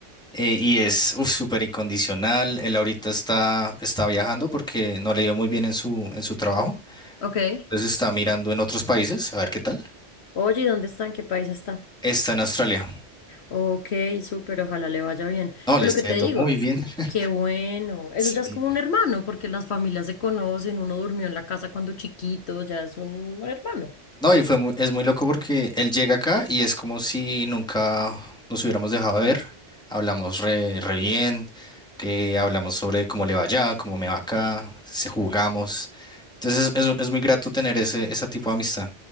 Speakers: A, in the centre; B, on the left.
A: eh, y es uf, súper incondicional. Él ahorita está, está viajando porque no le dio muy bien en su, en su trabajo.
B: Ok.
A: Entonces está mirando en otros países, a ver qué tal.
B: Oye, ¿y ¿dónde está? ¿En qué país está?
A: Está en Australia.
B: Ok, súper, ojalá le vaya bien.
A: No,
B: Pero
A: le está
B: lo que te
A: yendo
B: digo,
A: muy bien. <laughs>
B: qué bueno. Eso
A: Sí.
B: ya es como un hermano, porque las familias se conocen, uno durmió en la casa cuando chiquito, ya es un hermano.
A: No, y fue muy- es muy loco porque él llega acá y es como si nunca nos hubiéramos dejado de ver. Hablamos re, re bien, que hablamos sobre cómo le va allá, cómo me va acá, se jugamos. Entonces es, es- es muy grato tener ese, ese tipo de amistad.